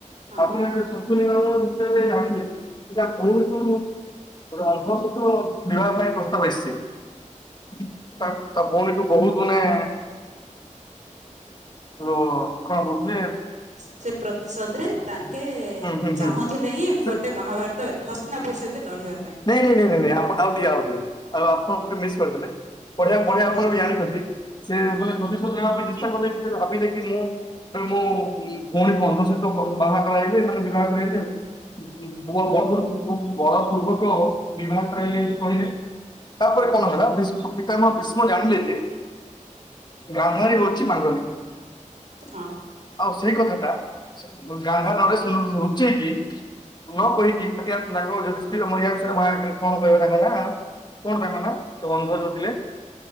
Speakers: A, on the right; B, on the left.
A: ହଁ
B: ଆପଣ ଯେବେ ଶକୁନି ମାମୁଁକୁ ଯେତେବେଳେ ଜାଣିଲେ ତା ଭଉଣୀକୁ ଗୋଟେ ଅନ୍ଧ ସହିତ ବିବାହ ପାଇଁ ପ୍ରସ୍ତାବ ଆସିଛି ତା ଭଉଣୀକୁ ବହୁତ ମାନେ ର କଣ କହୁଥିଲେ?
A: ସେ ପ୍ରତିଶୋଧରେ ତାଙ୍କେ
B: ହୁଁ ହୁଁ ହୁଁ
A: ଚାହୁଁଥିଲେ ହିଁ
B: ସେ
A: ଗୋଟେ ମହାଭାରତ ହସ୍ତିନାପୁର ସହିତ ଲଢିବା ପାଇଁ
B: ନାଇଁ ନାଇଁ ନାଇଁ ନାଇ ଆଉ ଟିକେ ଆଉ ଆପଣେ ଟିକେ ମିସ୍ କରିଦେଲେ ପଢଆ
A: ଆଚ୍ଛା
B: ପଢିଆ
A: କୁହନ୍ତୁ
B: ଆପଣ ବି ଜଣିଛନ୍ତି। ସେ ମାନେ ପ୍ରତିଶୋଧ ନବା ପାଇଁ ଚେଷ୍ଟା କଲେ କି ଭାବିଲେ କି ମୁଁ ମୁଁ ଭଉଣୀ ଅନ୍ଧ ସହିତ ବାହା କରାହଇିବେ ଏମାନେ ମ ବିବାହ କରାଇବେ ପୁଅ ବଳ ବଳପୂର୍ବକ ବିବାହ କରାଇଲେ କହିଲେ ତାପରେ
A: ହଁ
B: କ'ଣ ହେଲା? ପିତା ମହ ବିଷ୍ମ ଜାଣିଲେ ଯେ ଗାନ୍ଧାରୀ ହଉଛି ମାଙ୍ଗରି।
A: ହଁ
B: ଆଉ ସେଇ କଥାଟା ଗାଙ୍ଗା ନରେଶ ଲୁଚେଇକି। ନ କହିକି ସ୍ତ୍ରୀ ର ମାରିବା କଥା। ବା କ'ଣ କହିବା ତାଙ୍କ ନାଁ କଣ ତାଙ୍କ ନାଁ ତ ଅନ୍ଧ ଯୋଉ ଥିଲେ।